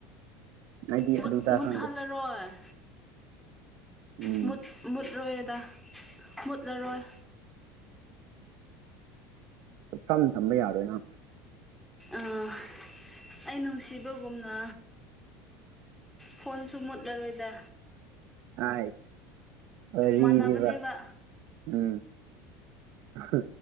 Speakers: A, on the right; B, in the centre.
A: ꯑꯩꯗꯤ
B: ꯃꯨꯠ
A: ꯑꯗꯨꯗ
B: ꯃꯨꯠꯍꯜꯂꯔꯣꯏ
A: ꯈꯪꯗꯦ ꯎꯝ
B: ꯃꯨꯠ ꯃꯨꯠꯂꯣꯏꯗ ꯃꯨꯠꯂꯔꯣꯏ
A: ꯁꯨꯛꯊꯝ ꯊꯝꯕ ꯌꯥꯔꯣꯏ ꯅꯪ
B: ꯑꯥ ꯑꯩ ꯅꯨꯡꯁꯤꯕꯒꯨꯝꯅ ꯐꯣꯟꯁꯨ ꯃꯨꯠꯂꯔꯣꯏꯗ
A: ꯑꯥꯏ ꯋꯥꯔꯤꯗꯤꯕ
B: ꯃꯥꯟꯅꯕꯅꯦꯕ
A: ꯎꯝ ꯍꯨ